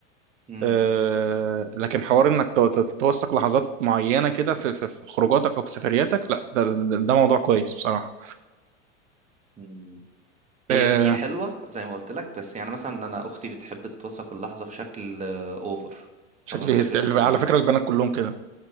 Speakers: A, on the right (about 20°); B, on the right (about 75°).
A: مم.
B: آه، لكن حوار انك تو- تو- توثق لحظات معينه كده في في في خروجاتك او في سفرياتك لا ده, ده, ده ده موضوع كويس بصراحه
A: مم. هي
B: آه،
A: هي حلوة زي ما قلت لك بس يعني مثلا انا اختي بتحب توثق اللحظة بشكل اوفر فما
B: شكلي
A: بحبش
B: هست... على
A: اخرج معاها
B: فكره البنات كلهم كده